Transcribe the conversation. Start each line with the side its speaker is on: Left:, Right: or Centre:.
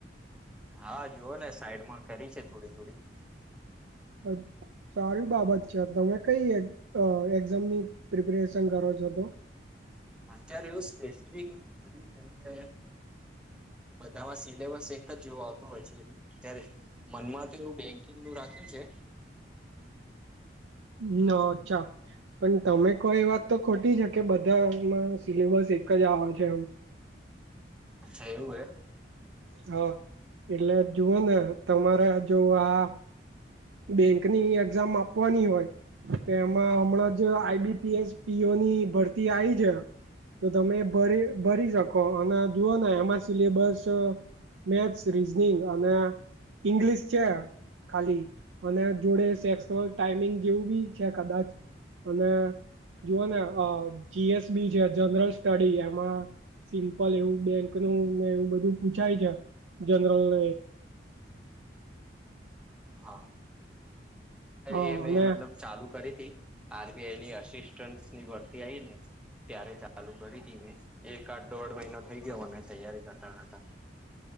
Centre: હા જુઓ ને સાઈડમાં કરી છે થોડી થોડી.
Right: હ. સારી બાબત છે તમે કઈ એક્ઝામની પ્રિપેરેશન કરો છો તો.
Centre: અત્યારે એવું સ્પેસિફિક નથી કર્યું કેમ કે. બધામાં સિલેબસ એક જ જેવો આવતો હોય છે અત્યારે. મનમાં તો એવું બેંકિંગ નું રાખ્યુ છે.
Right: હમ અચ્છા. પણ તમે કો એ વાત તો ખોટી છે કે બધામાં સિલેબસ એક જ આવે છે એમ <inaudible>
Centre: અચ્છા એવું હે
Right: હા એટલે જુઓ ને તમારે જો આ બેંક ની એક્ઝામ આપવાની હોય. તે એમાં
Centre: હા
Right: હમણાં જ આઈબીપીએસ પીઓ ની ભરતી આવી છે. તો તમે ભરી ભરી શકો અને જુઓ ને એમાં સિલેબસ મેથ્સ રીઝનિંગ અને ઈંગ્લિશ છે ખાલી. અને જોડે ટેક્સનુ ટાઈમિંગ જેવું બી છે કદાચ અને જુઓ ને જીએસબી છે જનરલ સ્ટડી એમાં સિમ્પલ એવું બેંક નું ને એવું બધું પૂછાય છે જનરલ
Centre: હા
Right: હ
Centre: એ મેં
Right: અને
Centre: મતલબ ચાલુ કરી હતી આરબીઆઈ ની અસિસ્ટન્ટની ભરતી આવી ને ત્યારે ચાલુ કરી હતી મેં એક આદ દોઢ મહિનો થઈ ગયો અને તૈયારી કરતા કરતા